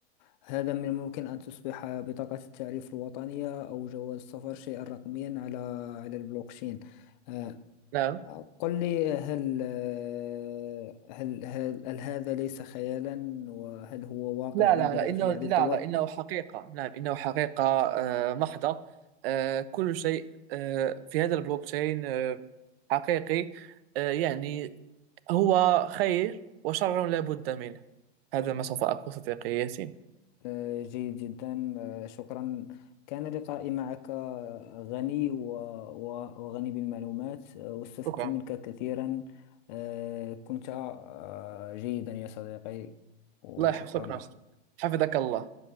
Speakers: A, on the left; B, on the right.
A: هذا من الممكن أن تصبح بطاقة التعريف الوطنية أو جواز السفر شيئا رقميا على على البلوكشين آه،
B: نعم
A: قل لي هل آه، هل هل, هل هذا ليس خيالا وهل هو واقع
B: لا
A: بدأ
B: لا لا إنه
A: في بعض
B: لا
A: الدول؟
B: لا إنه حقيقة نعم إنه حقيقة آه، محضة آه، كل شيء آه، في هذا البلوك تشين آه، حقيقي آه، يعني هو خير وشر لا بد منه هذا ما سوف أقول صديقي ياسين
A: آه، جيد جدا آه، شكرا كان لقائي معك آه، غني و- و- وغني بالمعلومات آه، واستفدت
B: شكرا
A: منك كثيرا آه، كنت آه، جيدا يا صديقي وشكرا
B: الله يحفظك شكرا
A: لك
B: حفظك الله